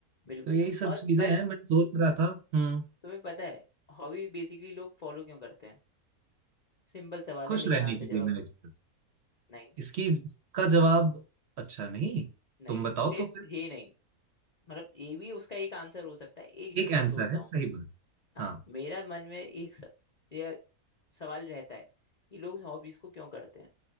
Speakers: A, on the left; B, on the right.
A: बिल्कुल
B: तो यही सब
A: और
B: चीजें
A: भाई
B: हैं मैं सोच रहा था हम्म
A: तुम्हें पता है हॉबी बेसिकली लोग फॉलो क्यों करते हैं सिंपल सवाल
B: खुश
A: है लेकिन
B: रहने
A: आंसर
B: के लिए
A: जवाब
B: मैंने
A: है,
B: किया।
A: नहीं
B: इसकी इसका जवाब अच्छा नहीं
A: नहीं
B: तुम बताओ
A: सिर्फ
B: तो फिर
A: ये नहीं मतलब ये भी उसका एक आंसर हो सकता है एक
B: एक
A: जो मैं
B: आंसर
A: सोचता
B: है
A: हूँ
B: सही बात
A: हाँ
B: हाँ
A: मेरा मन में एक स, ये सवाल रहता है कि लोग हॉबीज को क्यों करते हैं